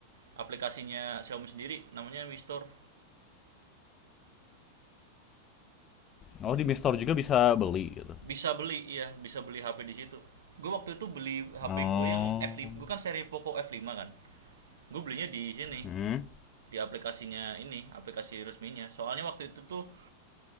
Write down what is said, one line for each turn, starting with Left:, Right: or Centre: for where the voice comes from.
Right: aplikasinya Xiaomi sendiri namanya Mistor
Left: Oh di Mistor juga bisa beli gitu.
Right: bisa beli iya bisa beli HP di situ gue waktu itu beli HP
Left: Oh.
Right: gue yang f lima gue kan seri Poco f lima kan gue belinya di sini
Left: Hmm.
Right: di aplikasinya ini aplikasi resminya soalnya waktu itu tuh